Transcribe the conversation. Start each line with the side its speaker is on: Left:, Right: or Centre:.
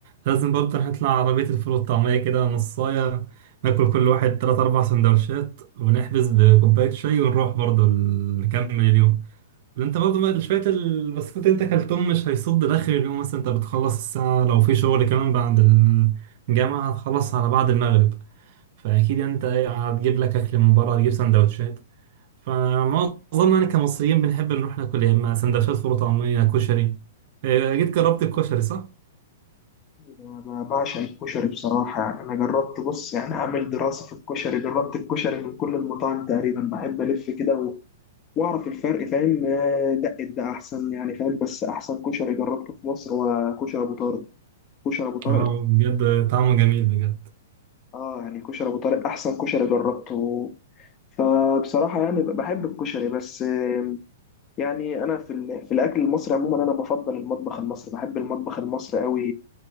Right: لازم برضه نطلع عربيه الفول والطعميه كده نصايه ناكل كل واحد تلات أربع سندوتشات ونحبس بكوباية شاي ونروح برضه ال- نكمل اليوم ما انت برضه ما- شوية البسكوت انت كلتهم مش هيصد لاخر اليوم مثلا انت بتخلص الساعة لو في شغل كمان بعد الجامعة هتخلص على بعد المغرب فأكيد يعني انت ايه هتجيب لك أكل من بره هتجيب سندوتشات فمعظمنا يعني كمصريين بنحب نروح ناكل يا إما سندوتشات فول وطعمية كشري اه، جيت جربت الكشري صح؟
Left: انا بعشق الكشري بصراحه يعني انا جربت بص يعني اعمل دراسه في الكشري جربت الكشري من كل المطاعم تقريبا بحب الف كده و- واعرف الفرق فاهم آه، دق ده احسن يعني فاهم بس احسن كشري جربته في مصر هو كشري ابو طارق كشري ابو طارق
Right: اه بجد طعمه جميل بجد
Left: اه يعني كشري ابو طارق احسن كشري جربته فبصراحه يعني بحب الكشري بس آه، يعني انا في ال- في الاكل المصري عموما انا بفضل المطبخ المصري بحب المطبخ المصري قوي